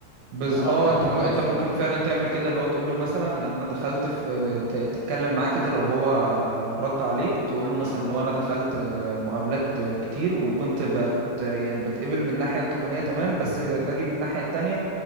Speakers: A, on the right (about 80°); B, on the left (about 85°).
A: بز
B: مؤهل
A: اه انت
B: وكويس
A: م... انت ممكن
B: وكده
A: فعلا تعمل كده اللي هو تقول له مثلا يعني انا دخلت في ت... تتكلم معاه كده لو هو رد عليك تقول
B: امم
A: له مثلا لو انا دخلت مقابلات كتير وكنت بت يعني بتقبل من الناحية التقنية تمام بس باجي من الناحية التانية